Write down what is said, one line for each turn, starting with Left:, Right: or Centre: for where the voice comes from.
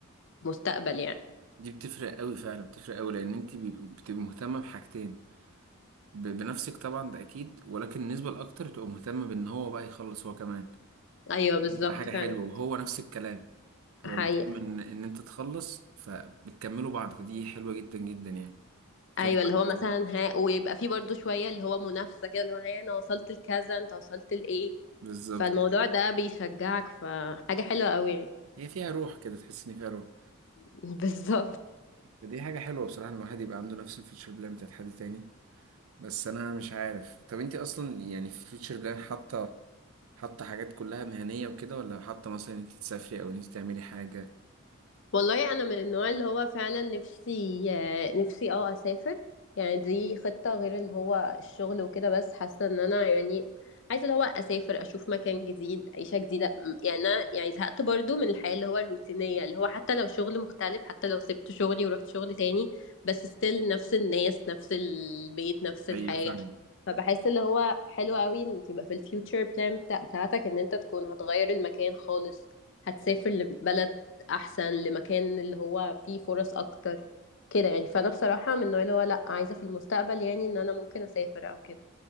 Left: المستقبل يعني
Right: دي بتفرق قوي فعلا بتفرق قوي لان انت بيب- بتبقي مهتمه بحاجتين ب- بنفسك طبعا ده اكيد ولكن النسبه الاكتر تبقى مهتمه بان هو بقى يخلص هو كمان
Left: ايوه بالظبط
Right: بتبقى حاجه حلوه
Left: فعلا
Right: وهو نفس الكلام هو
Left: حقيقة
Right: مهتم ان ان انت تخلص فبتكملوا بعض فدي حلوه جدا جدا يعني بتنفع
Left: ايوه اللي هو مثلا
Right: جداً.
Left: ها ويبقى فيه برضو شويه اللي هو منافسه كده اللي هو ها انا وصلت لكذا انت وصلت لايه
Right: بالظبط
Left: فالموضوع ده بيشجعك فحاجه حلوه قوي يعني
Right: هي فيها روح كده تحس ان فيها روح
Left: <laughs> بالظبط
Right: فدي حاجه حلوه بصراحه ان الواحد يبقى عنده نفس الفيتشر بلان بتاعت حد تاني بس انا مش عارف طب انت اصلا يعني في فيوتشر بلان حاطه حاطه حاجات كلها مهنيه وكده ولا حاطه مثلا انت تسافري او انت تعملي حاجه
Left: والله انا من النوع اللي هو فعلا نفسي آه، نفسي اه اسافر يعني دي خطة غير اللي هو الشغل وكده بس حاسة ان انا يعني عايزة اللي هو اسافر اشوف مكان جديد عيشة جديدة م- يعني انا يعني زهقت برضو من الحياة اللي هو الروتينية اللي هو حتى لو شغل مختلف حتى لو سبت شغلي ورحت شغل تاني بس ستيل نفس الناس نفس البيت نفس الحاجة
Right: ايوه فاهم
Left: فبحس اللي هو حلو قوي ان يبقى في الفيوتشر بلان بتاعتك ان انت تكون هتغير المكان خالص هتسافر لبلد احسن لمكان اللي هو فيه فرص اكتر كده يعني فانا بصراحه من النوع اللي هو لا عايزه في المستقبل يعني ان انا ممكن اسافر او كده